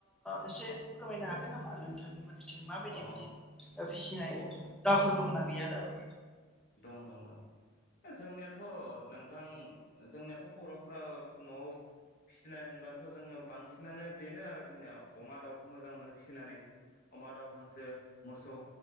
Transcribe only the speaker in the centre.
एसे फोरमायनो हागोन नामा नोंथांनिमोन बिथिं माबायदि
बिदि फिसिनाय
दावफोर दंना गैया दाबो।